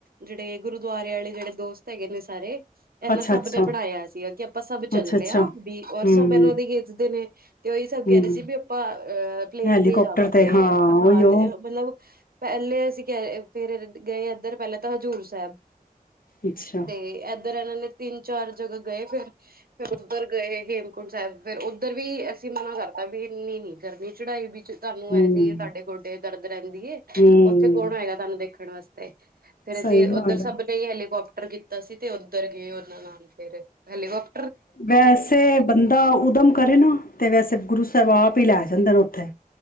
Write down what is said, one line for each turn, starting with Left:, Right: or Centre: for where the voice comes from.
Right: ਜਿਹੜੇ ਗੁਰੂਦੁਆਰੇ ਵਾਲੇ ਜਿਹੜੇ ਦੋਸਤ ਹੈਗੇ ਨੇ ਸਾਰੇ ਇਹਨਾਂ
Left: ਅੱਛਾ-ਅੱਛਾ,
Right: ਸਭ ਨੇ ਬਣਾਇਆ ਸੀਗਾ ਕਿ ਆਪਾਂ ਸਭ ਚੱਲੇ
Left: ਅੱਛਾ-ਅੱਛਾ,
Right: ਹਾਂ ਵੀ ਰ
Left: ਹੂੰ।
Right: ਸਭ ਇਹਨਾਂ ਦੀ ਖਿੱਚਦੇ ਨੇ ਤੇ ਉਹੀ ਸਭ
Left: ਹੂੰ,
Right: ਕਹਿ ਰਹੇ ਸੀ ਵੀ ਅ ਪਲੇਨ
Left: ਹੈਲੀਕੋਪਟਰ
Right: ਤੇ ਜਾਵਾਂਗੇ
Left: ਹਾਂ
Right: ਹਾਂ
Left: ਉਹੀਓ
Right: ਤੇ ਮਤਲਬ ਪਹਿਲੇ ਅਸੀਂ ਕਿਹਾ ਫਿਰ ਗਏ ਇੱਧਰ ਪਹਿਲਾਂ ਤਾਂ ਹਜ਼ੂਰ ਸਾਹਿਬ
Left: ਅੱਛਾ,
Right: ਤੇ ਉਧਰ ਇਹਨਾਂ ਨੇ ਤਿੰਨ ਚਾਰ ਜਗ੍ਹਾ ਗਏ ਫਿਰ ਫਰ ਉੱਧਰ ਗਏ ਹੇਮਕੁੰਟ ਸਾਹਿਬ ਫਿਰ ਉੱਧਰ ਵੀ ਅਸੀਂ ਮਨਾ ਕਰਤਾ ਵੀ ਨਹੀਂ ਨਹੀਂ ਗਰਮੀ ਚੜਾਈ ਤੁਾਨੂੰ
Left: ਹੂੰ।
Right: ਐਸੇ ਹੀ ਸਾਡੇ ਗੋਡੇ ਰਹਿੰਦੀਏ
Left: ਹੂੰ,
Right: ਉੱਥੇ ਕੌਣ ਆਏਗਾ ਤੁਹਾਨੂੰ ਦੇਖੋ ਖ ਵਸਤੇ ਹੈ ਫੇਰ ਅਸੀਂ
Left: ਸਹੀ
Right: ਉੱਧਰ
Left: ਗੱਲ
Right: ਸਭ
Left: ਐ।
Right: ਨੇ ਹੈਲੀਕਾੋਪਟਰ ਕੀਤਾ ਸੀ ਤੇ ਉੱਧਰ ਗਏ ਉਹਨਾਂ ਨਾਲ ਫਿਰ ਹੈਲੀ ਵਪ
Left: ਵੈਸੇ ਬੰਦਾ ਉਦਮ ਕਰੇ ਨਾ ਤੇ ਵੈਸੇ ਗੁਰੂ ਸਾਹਿਬ ਆਪ ਵੀ ਲੈ ਜਾਂਦੇ ਨੇ ਉੱਥੇ